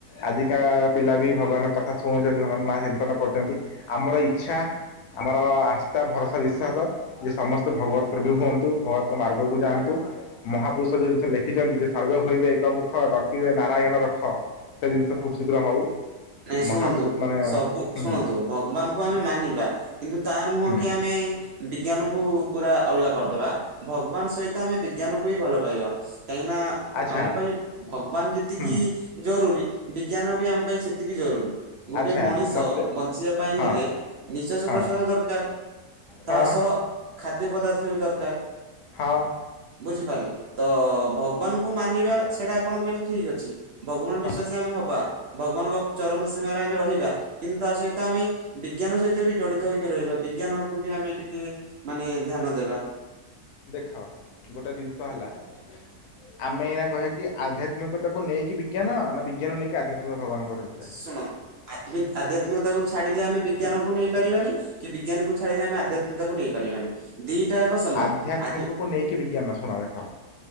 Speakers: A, on the left; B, on the right.
A: ଆଜିକା ପିଲା ବି ଭଗବାନଙ୍କ କଥା ଶୁଣୁଛନ୍ତି ଭଗବାନଙ୍କ ନାଁ ଚିନ୍ତନ କରୁଛନ୍ତି ଆମର ଇଚ୍ଛା। ଆମର ଆସ୍ଥା ଭରସା ବିଶ୍ୱାସ। ଯେ ସମସ୍ତେ ଭଗବତ ପ୍ରେମୀ ହୁଅନ୍ତୁ ଭଗବତ ମାର୍ଗକୁ ଯାଆନ୍ତୁ। ମହାପୁରୁଷ ଯେଉଁ ଜିନିଷ ଲେଖିଛନ୍ତି ଯେ ସର୍ଭେ ହୋଇବେ ଏକମୁକ ରଖ ରଖିବେ ନାରାୟଣ ରଖ ସେ ଜିନିଷ ଖୁବ୍ ଶୀଘ୍ର ହଉ।
B: ନାଇଁ ଶୁଣନ୍ତୁ
A: ମହାପୁରୁ ମାନେ
B: ସବୁ
A: ହୁଁ
B: ଶୁଣନ୍ତୁ। ଭଗବାନଙ୍କୁ ଆମେ ମାନିବା କିନ୍ତୁ ତା ନୁହଁ
A: ହୁଁ
B: କି ଆମେ ବିଜ୍ଞାନକୁ ପୁରା ଅଲଗା କରିଦେବା ଭଗବାନ ସହିତ ଆମେ ବିଜ୍ଞାନକୁ ବିି ଭଲ ପାଇବା କାହିଁକିନା।
A: ଆଚ୍ଛା
B: ଆମ ପାଇଁ ଭଗବାନ ଯେତିକି
A: ହୁଁ
B: ଜରୁରୀ ବିଜ୍ଞାନ ବି ଆମ ପାଇଁ ସେତିକି ଏତିକି ଜରୁରୀ ଗୋଟେ
A: ଆଚ୍ଛା
B: ମଣିଷ
A: ମୋତେ
B: ବଞ୍ଚିବା ପାଇଁ
A: ହଁ
B: ହେଲେ ନିଶ୍ୱାସ
A: ହଁ
B: ପ୍ରଶ୍ଵାସ ଦରକାର।
A: ହଁ
B: ତା ସହ ଖାଦ୍ୟ ପଦାର୍ଥ ବି ଦରକାର।
A: ହଁ
B: ବୁଝିପାରିଲେ ତ ଭଗବାନଙ୍କୁ ମାନିବା ସେଇଟା ଆପଣ କହିଲେ ଠିକ ଅଛି। ଭଗବାନ
A: ହଁ
B: ବିଶ୍ଵାସୀ ଆମେ ହବା ଭଗବାନଙ୍କ ଚରମ ସୀମାରେ ଆମେ ରହିବା। କିନ୍ତୁ ତା ସହିତ ଆମେ ବିଜ୍ଞାନ ସହିତ ବି ଜଡିତ ହେଇକି ରହିବା ବିଜ୍ଞାନକୁ ବି ଆମେ ଟିକେ ମାନେ ଧ୍ୟାନ ଦେବା।
A: ଦେଖ ଗୋଟେ ଜିନିଷ ହେଲା- - ଆମେ ଏଇନା କହିବାକି ଆଧ୍ୟାତ୍ମିକତାକୁ ନେଇକି ବିଜ୍ଞାନ ନା ବିଜ୍ଞାନ ନେଇକି ଆଧ୍ୟାତ୍ମିକ ଭଗବାନଙ୍କର ଚର୍ଚ୍ଚା।
B: ଶୁଣନ୍ତୁ ଆଧ୍ୟ ଆଧ୍ୟାତ୍ମିକତାକୁ ଛାଡିଲେ ଆମେ ବିଜ୍ଞାନକୁ ନେଇ ପାରିବାନି। କି ବିଜ୍ଞାନକୁ ଛାଡିଲେ ଆମେ ଆଧ୍ୟାତ୍ମିକତାକୁ ନେଇ ପାରିବାନି। ଦିଟା ଯାକ ସମାନ
A: ଆଧ୍ୟାତ୍ମିକକୁ
B: ଆଜ୍ଞା
A: ନେଇକି ବିଜ୍ଞାନ ଶୁଣ ଦେଖ।